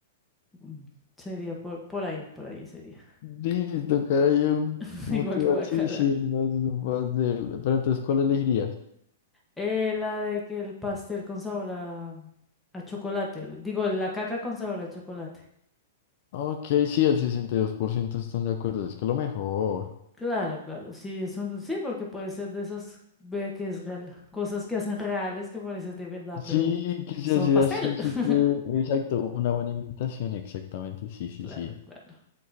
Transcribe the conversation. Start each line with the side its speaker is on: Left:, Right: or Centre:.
Centre: Mm, Sería por, por ahí, por ahí sería.
Left: Listo, cara, yo un-
Centre: <laughs>
Left: motivarse
Centre: Igual que guacala.
Left: y decir más de un pastel. Pero entonces, ¿cuál elegirías?
Centre: Eh, la de que el pastel con sabor a, a chocolate. Digo, la caca con sabor a chocolate.
Left: Ok, sí, el 62% están de acuerdo, es que lo mejor.
Centre: Claro, claro. Sí, es un, sí, porque puede ser de esas ve que es real, cosas que hacen reales que pareces de verdad,
Left: Sí,
Centre: pero
Left: que se
Centre: son
Left: hace
Centre: pastel.
Left: así
Centre: <laughs>
Left: súper, exacto, una buena imitación, exactamente, sí, sí,
Centre: Claro,
Left: sí.
Centre: claro.